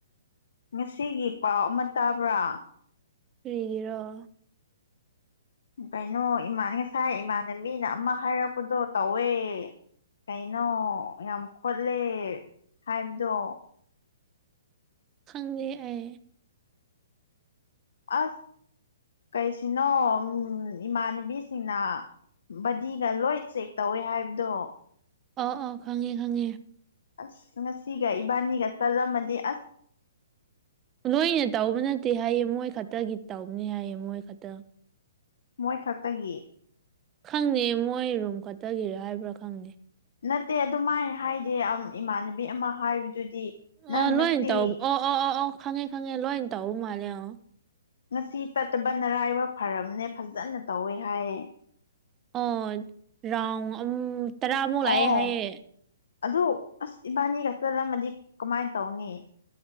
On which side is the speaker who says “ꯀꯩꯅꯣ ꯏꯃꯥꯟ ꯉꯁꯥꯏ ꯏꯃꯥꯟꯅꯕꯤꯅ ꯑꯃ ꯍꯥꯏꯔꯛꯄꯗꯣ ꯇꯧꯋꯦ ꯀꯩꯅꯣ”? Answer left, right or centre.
Left